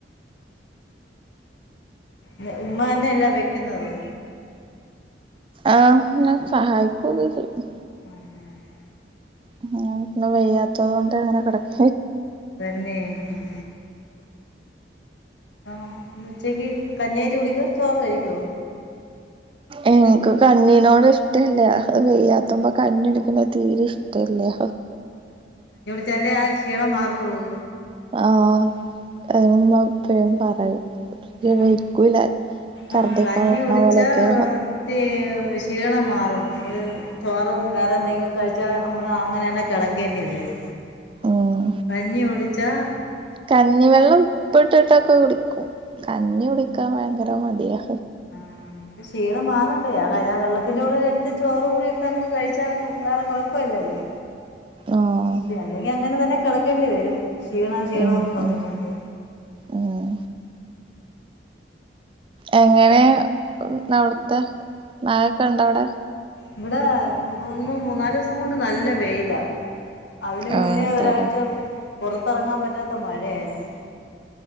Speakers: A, on the left (about 75°); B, on the right (about 30°).
A: ഞ് ഉമ്മാന്നെല്ലേ വെയ്ക്കുന്നത്
B: ആഹ് ഞാൻ സഹായിക്കൊക്കെ ചെയ്യും
A: ആഹ് ആഹ് ആഹ്
B: പിന്നെ ഇന്ന് വയ്യാത്തതോണ്ട് അങ്ങനെ കെടക്ക്
A: തന്നെ ഉം ആഹ് ഇന്ന്ഉച്ചയ്ക്ക് കഞ്യായിട്ട് കുടിക്കോ ചോറ് കഴിക്ക്യോ
B: എനിക്ക്കഞ്ഞിനോട് ഇഷ്ടമല്ല വെയ്യാത്തപ്പോൾ കഞ്ഞി എടുക്കുന്നത് തീരെ ഇഷ്ടമല്ലേ
A: ചാലെ ആ ഷീണം മാറുകയുള്ളു
B: ആഅ അത് എപ്പഴും പറയും
A: ഉം,
B: ഒക്കില്ല
A: ആ
B: ഛർദിക്കാൻ
A: കഞ്ഞി
B: വരുന്ന
A: കുടിച്ചാൽ
B: പോലെയൊക്കെ
A: ഒത്തി ക്ഷീണം മാറും നമ്മള് ചോറും വേറെ എന്തെങ്കിലും കഴിച്ച ച്ച നമ്മള് അങ്ങനെ തന്നെ കിടക്കേണ്ടി വരും
B: ഉം
A: കഞ്ഞി കുടിച്ചാ
B: കഞ്ഞിവെള്ളം ഉപ്പിട്ട് ട്ടൊക്കെ കുടിക്കും കഞ്ഞി കുടിക്കാൻ ഭയങ്കര മടിയാ
A: ആ അപ്പ ഷീണം മാറണ്ടേ ആ വെള്ളത്തിന്റെ കൂടെ രണ്ട് ചോറും കൂടിട്ട് അങ്ങ് കഴിച്ചാ വേറെ കൊഴപ്പല്ലല്ലോ
B: ആഹ്
A: ശ അല്ലെങ്കി അങ്ങനെതന്നെ കിടക്കേണ്ടി വരും ക്ഷീണംക്ഷീണം
B: ഉം
A: എന്ന് പറഞ്ഞും
B: ഉം
A: കൊണ്ട്
B: ഉം എങ്ങനെ അവിടുത്തെ നായൊക്കെ ഉണ്ടോ അവിടെ
A: ഇവിടെ ഒന്നും മൂന്നാലു ദിവസം കൊണ്ട് നല്ല വെയിലാ അതിന്
B: ആഹ്
A: മുന്നേ
B: അതെല്ലേ
A: ഒരാഴ്ച പുറത്തിറങ്ങാൻ പറ്റാത്ത മഴയായിരുന്നു